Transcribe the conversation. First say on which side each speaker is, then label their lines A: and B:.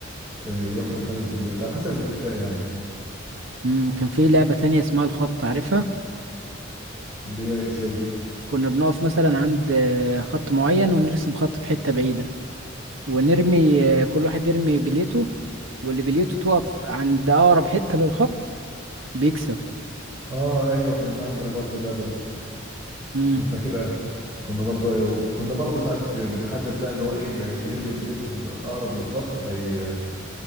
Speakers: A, on the right (about 20°); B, on the right (about 80°).
A: آه، ياخد الخمس بليات على حسب الاتفاق يعني
B: مم. كان في لعبه تانية اسمها الخط عارفها
A: اللي هي ازاي دي
B: كنا بنقف مثلا عند آه، خط معين ونرسم خط في حتة بعيدة ونرمي آه، كل واحد يرمي بليته واللي بليته توقف عند أقرب حتة للخط بيكسب
A: اه ايوه كانت عندنا برضو اللعبه دي
B: امم
A: أنا فاكرها كنا برضو ايوه وكنا برضو ساعات بنحدد بقى اللي هو ايه اللي هيرمي بليته الاقرب للخط فياخد